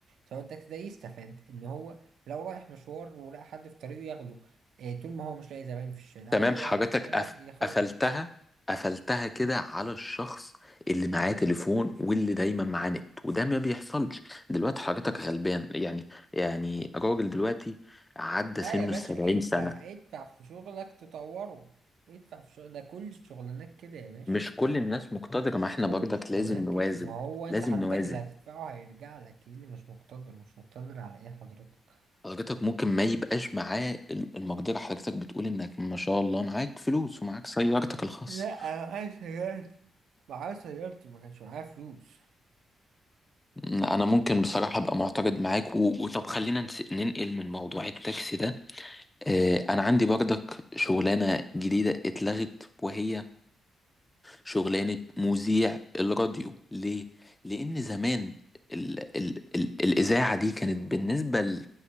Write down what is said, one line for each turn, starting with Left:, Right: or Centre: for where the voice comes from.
Right: سواق التاكسي ده يستفاد ان هو لو رايح مشوار ولقى حد في طريقه ياخده آه، طول ما هو مش لاقي زباين في الشارع
Left: تمام
Right: لقى زباين
Left: حاجتك
Right: في الشارع
Left: قف...
Right: ياخدهم
Left: قفلتها قفلتها كده على الشخص اللي معاه تليفون واللي دايما معاه نت وده ما بيحصلش دلوقتي حاجتك غلبان يعني يعني راجل دلوقتي عدى
Right: لا
Left: سنه
Right: يا باشا
Left: السبعين
Right: ادفع
Left: سنة
Right: ادفع في شغلك تطوره ادفع في شغل ده كل الشغلانات كده يا باشا
Left: مش كل
Right: خلاص
Left: الناس مقتدرة ما احنا
Right: كل
Left: برضك
Right: الشغلانات
Left: لازم نوازن
Right: كده ما هو انت
Left: لازم
Right: حضرتك
Left: نوازن
Right: اللي هتدفعه هيرجع لك ايه اللي مش مقتدر مش مقتدر على ايه حضرتك
Left: حضرتك ممكن ما يبقاش معاه ال- المقدرة حضرتك بتقول انك ما شاء الله معاك فلوس ومعاك سيارتك الخاصة
Right: لا انا معايا سيارتي معايا سيارتي ما كانش معايا فلوس
Left: انا ممكن بصراحة ابقى معترض معاك و... وطب خلينا نس- ننقل من موضوع التاكسي ده آه، انا عندي برضك شغلانه جديده اتلغت وهي شغلانه مذيع الراديو ليه لان زمان ال ال ال الاذاعه دي كانت بالنسبه ل-